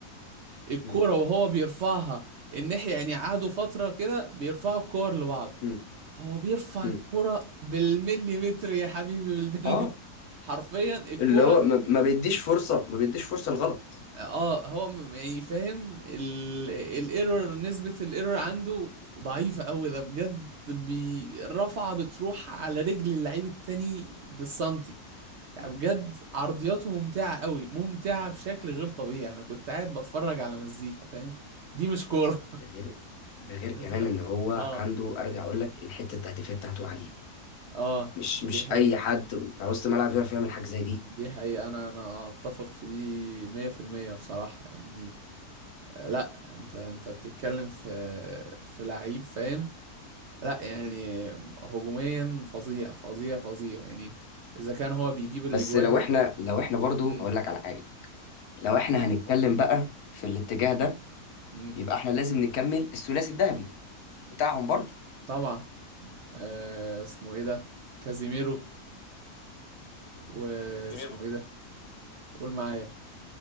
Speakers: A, on the left; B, on the right.
A: <laughs>
B: الكورة
A: م-
B: وهو بيرفعها الناحية يعني قعدوا فترة كده بيرفعوا الكور لبعض
A: م-
B: هو بيرفع
A: م.
B: الكرة بالمليمتر يا حبيبي بالمليمتر
A: اه
B: <laughs> حرفيا الكرة
A: اللي هو ما ما بيديش
B: مش
A: فرصة ما بيديش فرصة لغلط
B: اه هو م- يعني فاهم ال- الايرور نسبة الايرور عنده ضعيفة قوي ده بجد بي- الرفعة بتروح على رجل اللعيب التاني بالسنتي يعني بجد عرضياته ممتعة قوي ممتعة بشكل غير طبيعي انا كنت قاعد بتفرج على مزيكا فاهم دي مش كورة
A: ده غير ده غير كمان
B: <laughs> ف-
A: ان هو
B: اه
A: عنده ارجع اقول لك الحتة التهديفية بتاعته عالية
B: اه
A: مش
B: دي
A: مش
B: حقيقة
A: اي حد بتاع وسط الملعب يعرف يعمل حاجة زي دي
B: دي حقيقة انا انا اتفق في دي 100% بصراحة يعني آه، لا انت انت بتتكلم في في لعيب فاهم لا يعني هجوميا فظيع فظيع فظيع يعني اذا كان هو بيجيب الاجوان
A: بس لو احنا لو احنا برضو
B: امم
A: اقول لك على حاجة لو احنا هنتكلم بقى في الاتجاه ده
B: امم
A: يبقى احنا لازم نكمل الثلاثي الذهبي بتاعهم برضو
B: طبعا آه اسمه ايه ده كازيميرو واسمه
A: زميلهم
B: ايه ده قول معايا